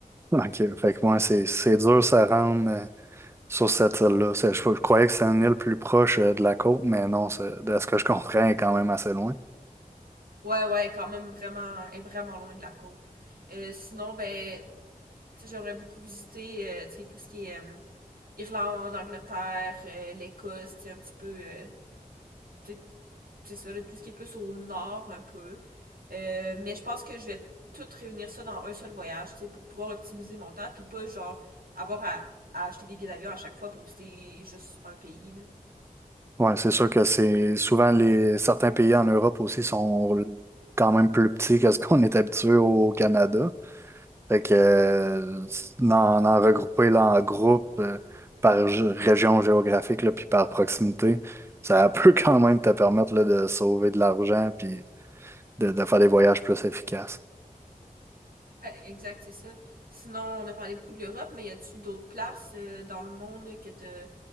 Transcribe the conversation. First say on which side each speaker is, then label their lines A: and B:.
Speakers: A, on the right; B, on the right.
A: Ok, fait que moi, c'est, c'est dur ça rendre euh, sur cette île-là. C'est- Je, je croyais que c'était une île plus proche euh, de la côte, mais non, c'est- de ce que je comprends, elle est quand même assez loin.
B: Ouais, ouais, quand même vraiment, elle est vraiment loin de la côte. Euh, sinon, ben, tu sais, j'aimerais beaucoup visiter, euh, tu sais, tout ce qui est euh, Irlande, Angleterre, euh, l'Écosse, tu sais, un petit peu, euh, tu sais, c'est ça, là, tout ce qui est plus au nord un peu. Euh, mais je pense que je vais tout réunir ça dans un seul voyage, tu sais, pour pouvoir optimiser mon temps, puis pas genre avoir à, à acheter des billets d'avion à chaque fois pour visiter juste un pays, là.
A: Ouais, c'est sûr que c'est souvent les certains pays en Europe aussi sont quand même plus petits que ce qu'on est habitué au Canada. Fait que euh, en, en regrouper là, en groupe euh, par gé- région géographique là, puis par proximité, ça <laughs> peut quand même te permettre là, de sauver de l'argent puis de, de faire des voyages plus efficaces.
B: Ouais, exact, c'est ça. Sinon, on a parlé beaucoup de l'Europe, mais y a-tu d'autres places euh, dans le monde que t'as